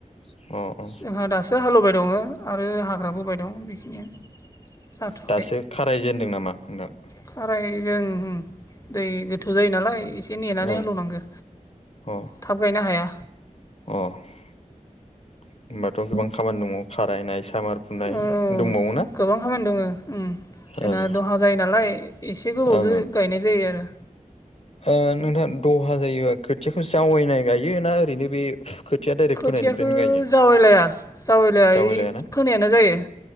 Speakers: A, on the left; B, on the left.
A: अ अ
B: जोंहा दासो हालेबाय दङ आरो हाग्राबाय दं बेखिनियानो जाथ'वाखै
A: दासो खारायजेनदों नामा नोंथां?
B: खाराय जों उम दै गोथौ जायो नालाय एसे नेनानै
A: ओं
B: हालौवनांगौ
A: अ
B: थाब गायनो हाया।
A: अ होनोमबाथ' गोबां खामानि दङ खारायनाय सामार बुनाय
B: औ औ
A: दंबावोना?
B: गोबां खामानि दङ उम जोंना
A: ओं
B: दलहा जायो नालाय एसे गोबावजों
A: ओं ओं
B: गायनाय जायो आरो।
A: ओ नोंथां दहा जायोबा खोथियाखौ जावैनाय गायो ना ओरैनो बे खोथिया डाइरेक्ट
B: खोथियाखौ
A: फोनायनिफ्रायनो गायो
B: जावैलाया जावैलाया
A: जावैलायाना?
B: फोनायानो जायो।